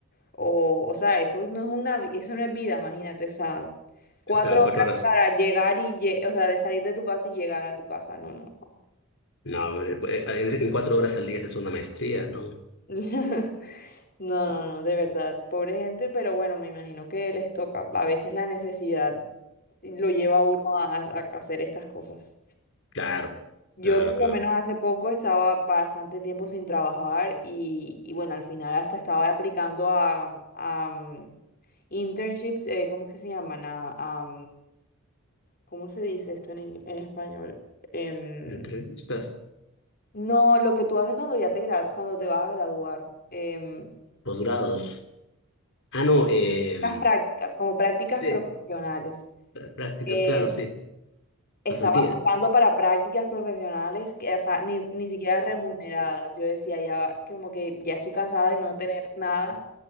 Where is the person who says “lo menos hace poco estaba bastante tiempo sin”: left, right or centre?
Left